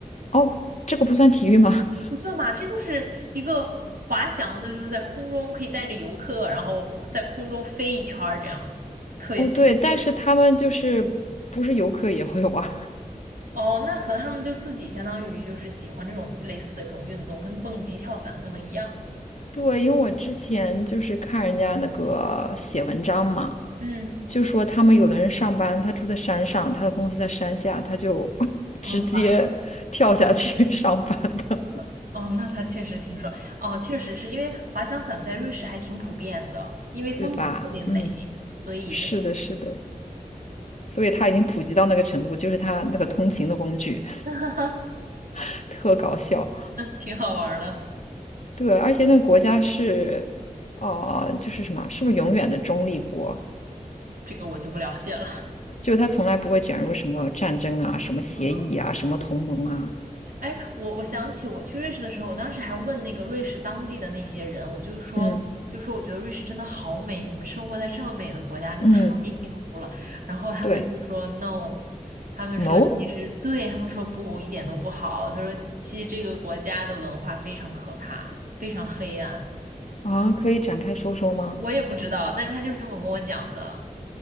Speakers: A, on the left (about 55°); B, on the right (about 80°).
A: 哦，这个不算体育吗？
B: 不算吧，这就是一个滑翔的，就是在空中可以带着游客，然后在空中飞一圈儿这样子，
A: <laughs>
B: 特别美。
A: 哦，对，但是他们就是不是游客也会玩。
B: 哦，那可能他们就自己相当于就是喜欢这种类似的这种运动，跟蹦极、跳伞可能一样。
A: 对，因为我之前就是看人家那个写文章嘛，
B: 嗯，
A: 就说他们有的人上班，他住在山上，他的公司在山下，他就 <laughs> 直接跳下去
B: 哦，滑
A: <laughs> 上班的，
B: 我哦，那它确实挺爽。哦，确实是因为滑翔伞在瑞士还挺普遍的，因为风景特别美，
A: 对吧？嗯，
B: 所以
A: 是的，是的，所以他已经普及到那个程度，就是他那个通勤的工具，
B: <laughs>
A: <laughs> 特搞笑。
B: 挺好玩儿的。
A: 对，而且那个国家是，呃，就是什么，是不是永远的中立国？
B: 这个我就不了解了。
A: 就是他从来不会卷入什么战争啊、什么协议啊、
B: 哦
A: 什么同盟啊。
B: 哎，我我想起我去瑞士的时候，我当时还问那个瑞士当地的那些人，我就是说，
A: 嗯
B: 就说我觉得瑞士真的好美，你们生活在这么美的国家，真太幸福了。
A: 嗯，
B: 然后他们就说
A: 对。
B: no，他们说其实对，
A: No
B: 他们说不，一点都不好。他说其实这个国家的文化非常可怕，非常黑暗。
A: 啊，可以展开说说吗？
B: 我也不知道，但是他就是这么跟我讲的。